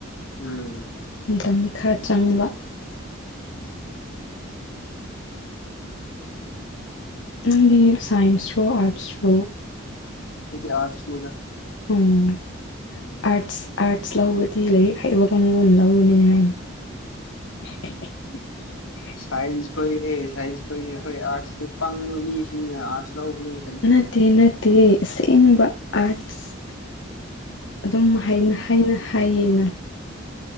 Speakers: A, on the left (about 80°); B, on the left (about 60°).
A: ꯎꯝ
B: ꯃꯇꯝꯗꯤ ꯈꯔ ꯆꯪꯕ ꯅꯪꯒꯤ ꯁꯥꯏꯟꯁ꯭ꯔꯣ ꯑꯥꯔꯠꯁ꯭ꯔꯣ
A: ꯑꯩꯗꯤ ꯑꯔꯠꯁ ꯅꯤꯗꯥ
B: ꯎꯝ ꯑꯥꯔꯠꯁ ꯑꯥꯔꯠꯁ ꯂꯧꯕꯗꯤ ꯂꯥꯏꯔꯤꯛ ꯍꯩꯕ ꯀꯥꯡꯕꯨꯅ ꯂꯧꯕꯅꯤ ꯍꯥꯏ <inaudible>
A: ꯁꯥꯏꯟꯁ ꯈꯣꯏꯅꯦ ꯁꯥꯏꯟꯁ ꯈꯣꯏꯅꯦ ꯑꯈꯣꯏ ꯑꯥꯔꯠꯁꯀꯤ ꯄꯪꯕ ꯃꯤꯁꯤꯡꯅ ꯑꯥꯔꯠꯁ ꯂꯧꯕꯅꯦ
B: ꯅꯠꯇꯦ ꯅꯠꯇꯦ ꯑꯁꯦꯡꯕ ꯑꯥꯔꯠꯁ ꯑꯗꯨꯝ ꯍꯥꯏꯅ ꯍꯩꯅ ꯍꯥꯏꯌꯦꯅ